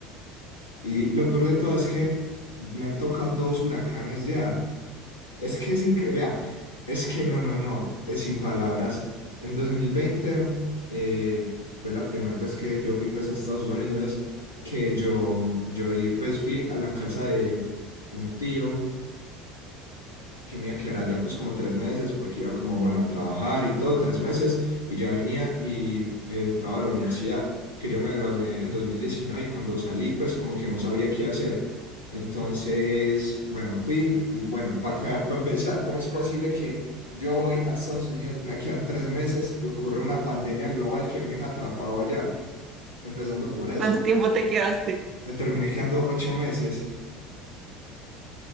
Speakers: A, on the left; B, on the right.
A: Y lo peor de todo es que me han tocado dos huracanes ya. Es que es increíble. es que no, no, no, es sin palabras. En 2020 eh, fue la primera vez que yo fui pues, a Estados Unidos, que yo, yo ahí, pues, fui a la casa de un tío que me iba a quedar allá pues como tres meses, porque iba como, bueno, a trabajar y todo, tres meses, y ya venía y eh, entraba a la universidad, que yo me gradué en 2019 y cuando salí pues como que no sabía qué hacer. Entonces, bueno, fui y bueno, para empezar, ¿cómo es posible que yo voy a Estados Unidos, me voy a quedar tres meses y ocurre una pandemia global que me deja atrapado allá? Empezando por eso.
B: ¿Cuánto tiempo te quedaste?
A: Me terminé quedando ocho meses,